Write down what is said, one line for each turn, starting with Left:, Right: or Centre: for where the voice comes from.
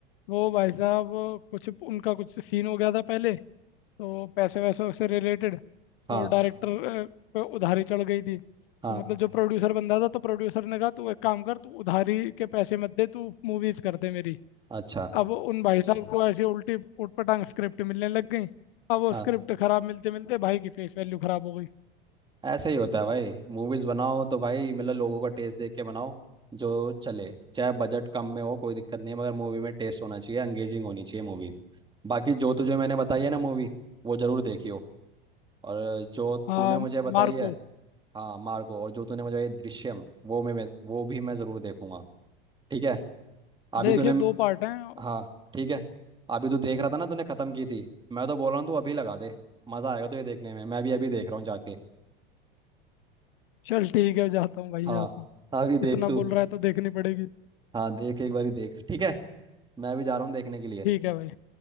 Left: वो भाई साहब कुछ उनका कुछ सीन हो गया था पहले तो पैसे वैसे से रिलेटेड तो
Right: हाँ
Left: डायरेक्टर पे उधारी चढ़ गई थी तो
Right: हाँ
Left: मतलब जो प्रोड्यूसर बंदा था तो प्रोड्यूसर ने कहा तू एक काम कर तू उधारी के पैसे मत दे तू मूवीज कर दे मेरी
Right: अच्छा
Left: अब उन भाई साहब को ऐसी उल्टी उटपटांग स्क्रिप्ट मिलने लग गई अब वो
Right: हाँ
Left: स्क्रिप्ट खराब मिलते मिलते भाई की फेस वैल्यू खराब हो गई
Right: ऐसे ही होता है भाई मूवीज बनाओ तो भाई मतलब लोगों का टेस्ट देख के बनाओ जो चले चाहे बजट कम में हो कोई दिक्कत नहीं है मगर मूवी में टेस्ट होना चाहिए एंगेजिंग होनी चाहिए मूवीज बाकी जो तुझे मैंने बताई है ना मूवी वो जरूर देखियो और जो
Left: हाँ
Right: तूने मुझे बताई
Left: मार्को
Right: है हाँ मार्को और जो तूने मुझे ये दृश्यम वो मैं मैं- वो भी मैं जरूर देखूंगा ठीक है अभी
Left: देखिए
Right: तूने
Left: दो पार्ट हैं
Right: हाँ ठीक है अभी तू देख रहा था ना तूने खत्म की थी मैं तो बोल रहा हूँ तू अभी लगा दे मजा आएगा तो ये देखने में मैं भी अभी देख रहा हूँ जाके
Left: चल ठीक है जाता हूँ भाई
Right: हाँ
Left: जाता हूँ
Right: अभी
Left: इतना
Right: देख तू
Left: बोल रहा है तो देखनी पड़ेगी
Right: हाँ देख एक बारी देख ठीक है मैं भी जा रहा हूँ देखने के लिए
Left: ठीक है भाई